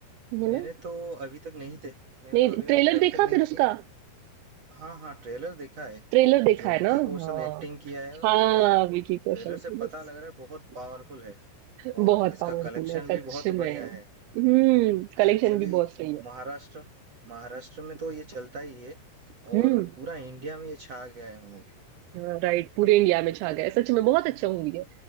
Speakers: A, on the right; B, on the right.
A: है
B: मैंने
A: ना
B: तो अभी तक नहीं थे मैंने
A: नहीं
B: तो अभी न-
A: ट्रेलर
B: अभी
A: देखा
B: तक नहीं
A: फिर
B: देखी
A: उसका
B: हाँ हाँ ट्रेलर देखा है
A: ट्रेलर देखा
B: जो
A: है
B: विकी
A: ना हाँ
B: कौशल एक्टिंग किया है
A: हाँ
B: वाह
A: विकी कौशल
B: ट्रेलर से पता
A: yes.
B: लग रहा है बहुत पावरफुल है
A: बहुत
B: और इसका
A: पावरफुल
B: कलेक्शन
A: है सच
B: भी बहुत
A: में
B: बढ़िया है
A: हम्म कलेक्शन
B: एक्चुअली
A: भी बहुत सही है
B: महाराष्ट्र महाराष्ट्र में तो ये चलता ही है
A: हम्म।
B: और पूरा इंडिया में ये छा गया है मूवी
A: राइट पूरे इंडिया में छा गया है सच में बहुत अच्छा मूवी है